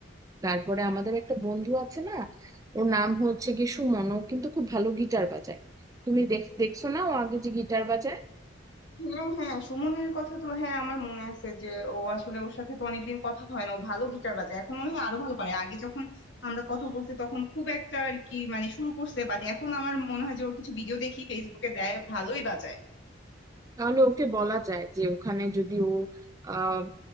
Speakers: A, on the right; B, on the left.
A: তারপরে আমাদের একটা বন্ধু আছে না ওর নাম হচ্ছে কি সুমন ও কিন্তু খুব ভালো গিটার বাজায় তুমি দেখ দেখছো না ও আগে যে গিটার বাজায়
B: হ্যাঁ হ্যাঁ সুমনের কথা তো হ্যাঁ আমার মনে আছে যে ও আসলে ওর সাথে তো অনেকদিন কথা হয় না ও ভালো গিটার বাজায় এখন মনে হয় আরো ভালো পারে আগে যখন আমরা কথা বলছি তখন খুব একটা আর কি মানে শুরু করছে বাট এখন আমার মনে হয় যে ওর কিছু ভিডিও দেখি ফেসবুকে দেয় ভালোই বাজায়
A: তাহলে ওকে বলা যায় যে ওখানে যদি ও আহ